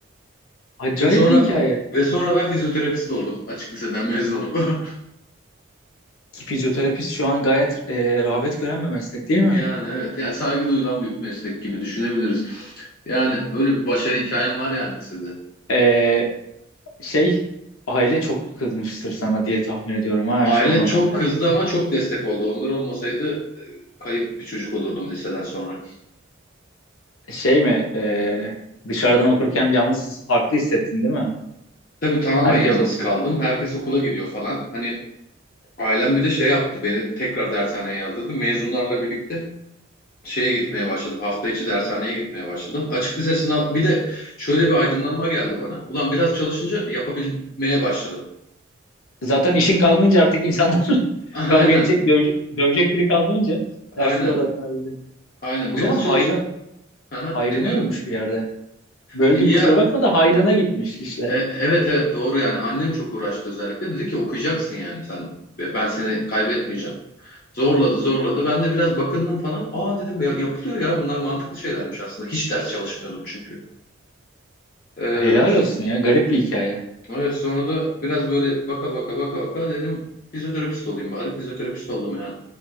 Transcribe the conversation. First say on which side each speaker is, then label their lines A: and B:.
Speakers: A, on the left (about 85°); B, on the left (about 45°).
A: Acayip
B: Ve sonra
A: bir hikaye.
B: ve sonra ben fizyoterapist oldum açık liseden mezun olup. <laughs>
A: Ki fizyoterapist şu an gayet e, rağbet gören bir meslek değil mi?
B: Yani evet yani saygı duyulan bir meslek gibi düşünebiliriz. Yani öyle bir başarı hikayem var yani lisede.
A: E, şey aile çok kızmıştır sana diye tahmin ediyorum ha
B: Aile
A: şu- o dönemde.
B: çok kızdı ama çok destek oldu. Onlar olmasaydı kayıp bir çocuk olurdum liseden sonra.
A: Şey mi e, dışarıdan okurken yalnız farklı hissettin değil mi?
B: Tabii tamamen
A: Herkes
B: yalnız
A: okul.
B: kaldım. Herkes okula gidiyor falan. Hani ailem bir de şey yaptı beni tekrar dershaneye yazdırdı. Mezunlarla birlikte şeye gitmeye başladım. Hafta içi dershaneye gitmeye başladım. Açık lise sınav bir de şöyle bir aydınlanma geldi bana. Ulan biraz çalışınca yapabilmeye başladım.
A: Zaten işin kalmayınca artık insanlar <laughs>
B: <laughs>
A: kavga
B: Aynen.
A: edecek, dövecek, dövecek biri kalmayınca
B: Aynen.
A: derslere odaklanabildim.
B: Aynen.
A: O
B: Biraz
A: zaman hayrı,
B: çalış. Aha,
A: hayrına
B: dinliyorum.
A: olmuş bir yerde. Böldüm
B: Ya
A: kusura bakma da hayrına gitmiş işler.
B: e, evet evet doğru yani annem çok uğraştı özellikle dedi ki okuyacaksın yani sen Ve ben seni kaybetmeyeceğim. Zorladı zorladı ben de biraz bakındım falan. Aa dedim ya yapılıyor ya bunlar mantıklı şeylermiş aslında. Hiç ders çalışmıyordum çünkü. Ee,
A: Helal olsun ya garip bir hikaye.
B: Evet sonra da biraz böyle baka baka baka baka dedim fizyoterapist olayım bari. Fizyoterapist oldum yani.